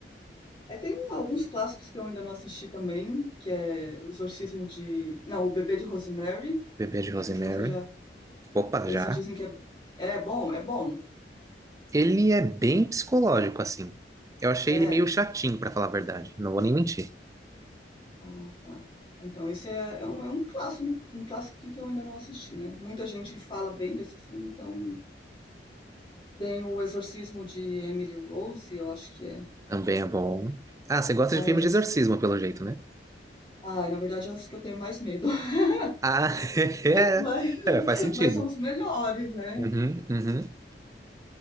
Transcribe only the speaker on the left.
Aí tem um- alguns clássicos que eu ainda não assisti também, que é O Exorcismo de... Não, O Bebê de Rosemary.
Não sei se você já...
Esse
dizem que é... É bom, é bom.
É.
Ah, tá. Então esse é, é um, é um clássico, um clássico que que eu ainda não assisti, né? Muita gente fala bem desse filme, então... Tem O Exorcismo de Emily Rose, eu acho que é.
É bom
esse.
Ah, na verdade é os que eu tenho mais medo. <laughs>
Mas,
mas são os melhores, né?